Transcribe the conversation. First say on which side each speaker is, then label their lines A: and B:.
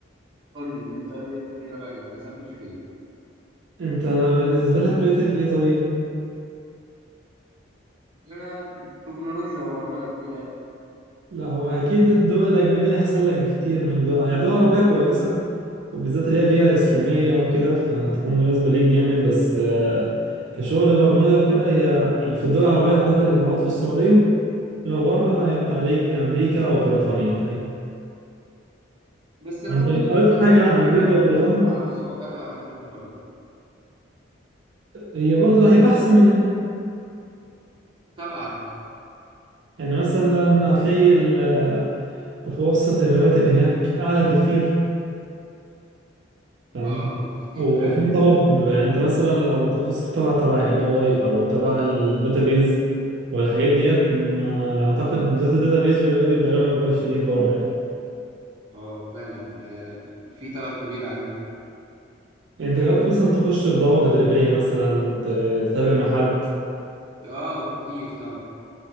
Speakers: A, on the right (about 25°); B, on the right (about 65°).
A: قول لي انت رأي- ايه رايك اسافر فين
B: أنت بالنسبة لك كليتك إيه طيب؟
A: انا تكنولوجيا وبرمجه وكده يعني.
B: لا هو أكيد الدول الأجنبية أحسن لك بكتير من الدول يعني الدول العربية كويسة وبالذات اللي هي بيئة إسلامية وكده فهتكون مناسبة ليك جامد بس آه، كشغل برمجة وكده هي يعني في الدول العربية أعتقد الإمارات والسعودية لو بره هيبقى عليك أمريكا أو بريطانيا الحقيقة
A: بس برضه
B: فأنت قريت
A: ممكن يكون
B: حاجة
A: صعب
B: عن
A: ان
B: أمريكا
A: انا
B: وبريطانيا
A: احصل على وظيفه بره عندهم برضه
B: هي برضه هيبقى أحسن من هنا
A: طبعا
B: يعني مثلا هتلاقي ال- آه، متوسط الرواتب هناك أعلى بكتير تمام
A: اه بكتير
B: وفي
A: فعلا
B: طلب انت مثلا لو تخصصك طلع تبع الاي اي او تبع الداتابيز او الحاجات ديت ما اعتقد بالذات الداتابيز والاي اي بيبقى لهم اقبال شديد بره يعني
A: اه فعلا آه، في طلب كبير عليهم
B: انت جربت مثلا تخش في دورة تدريبية مثلا ت- تتابع مع حد
A: اه كتير طبعا